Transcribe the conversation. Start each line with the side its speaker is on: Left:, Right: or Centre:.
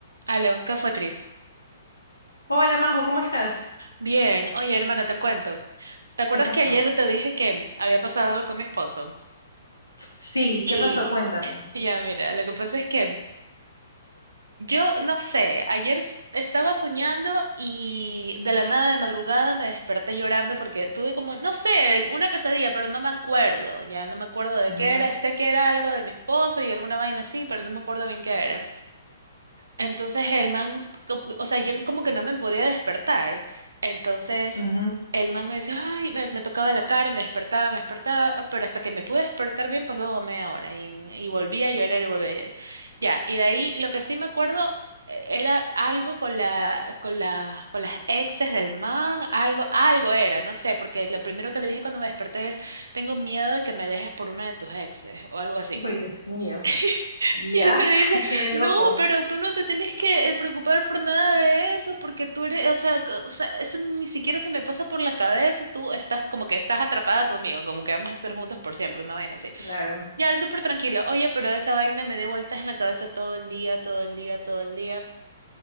Right: Aló, ¿qué fue, Chris?
Left: Hola Majo, ¿cómo estás?
Right: Bien, oye, hermana, te cuento. ¿Te acuerdas
Left: ¿Qué pasó?
Right: que ayer te dije que había pasado algo con mi esposo?
Left: Sí,
Right: Y
Left: ¿qué pasó? Cuéntame.
Right: ya, mira, lo que pasa es que yo no sé, ayer s- estaba soñando y de la nada de madrugada me desperté llorando porque tuve como, no sé, una pesadilla, pero no me acuerdo, ya no me acuerdo de
Left: Ya.
Right: qué era. Sé que era algo de mi esposo y alguna vaina así, pero no me acuerdo bien qué era. Entonces el man, co- o sea, yo como que no me podía despertar. Entonces
Left: Ujú.
Right: el man me decía, ay, me, me tocaba la cara y me despertaba, me despertaba, ah, pero hasta que me pude despertar bien pasó como media hora y, y volvía a llorar y volvía. Ya, y de ahí lo que sí me acuerdo eh, era algo con la, con la, con las exes del man, algo, algo era, no sé, porque lo primero que le dije cuando me desperté es, tengo miedo de que me dejes por una de tus exes o algo así.
Left: Uy, Dios mío.
Right: <laughs>
Left: Ya,
Right: Y él me
Left: <laughs>
Right: dice,
Left: qué loco.
Right: no, pero tú no te tenés que eh, preocupar por nada de eso, porque tú eres, o sea, co- o sea, eso ni siquiera se me pasa por la cabeza, tú estás como que estás atrapada conmigo, como que vamos a estar juntos por siempre, una vaina así.
Left: Claro,
Right: Ya, él súper tranquilo, oye, pero esa vaina me dio vueltas en la cabeza todo el día, todo el día, todo el día.